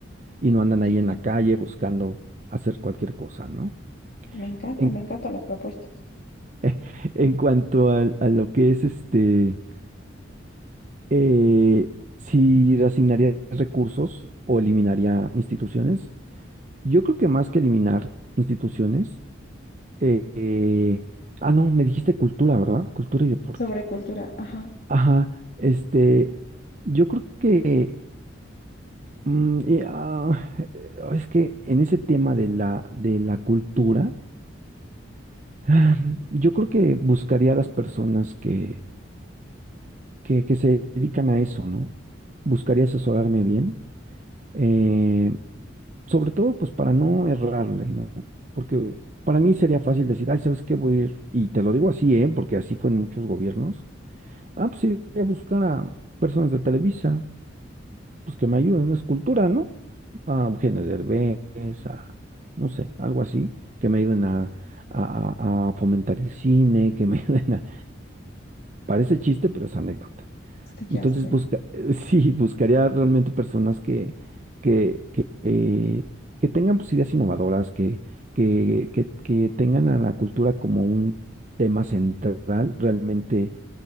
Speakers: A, on the right; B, on the left.
A: y no andan
B: Sí,
A: ahí
B: claro.
A: en la calle buscando hacer cualquier cosa, ¿no?
B: Me encanta,
A: En,
B: me encantan las propuestas.
A: <laughs> en cuanto al- a, lo que es este eh, si reasignaría recursos o eliminaría instituciones, yo creo que más que eliminar instituciones, eh, eh, ah, no, me dijiste cultura, ¿verdad? Cultura y deporte.
B: Sobre cultura, ajá,
A: Ajá, este, yo creo que, mm, eh, ah, eh, es que en ese tema de la, de la cultura, <sighs> ah, yo creo que buscaría a las personas que, que, que se dedican a eso, ¿no? Buscaría asesorarme bien. eh, sobre todo pues para no errarle, ¿no? Porque para mí sería fácil decir, ay, ¿sabes qué? Voy a ir, y te lo digo así, ¿eh? Porque así fue en muchos gobiernos. Ah, pues iré a buscar a personas de Televisa, pues que me ayuden, es cultura, ¿no? A Eugenio Derbez, a, no sé, algo así, que me ayuden a, a, a- a fomentar el cine, que me <laughs> ayuden a... Parece chiste, pero es anécdota.
B: sí, ya
A: Entonces,
B: sé.
A: busca, <laughs> sí, buscaría realmente personas que, que, que, eh, que tengan pues, ideas innovadoras, que, que, que, que tengan a la cultura como un tema central, realmente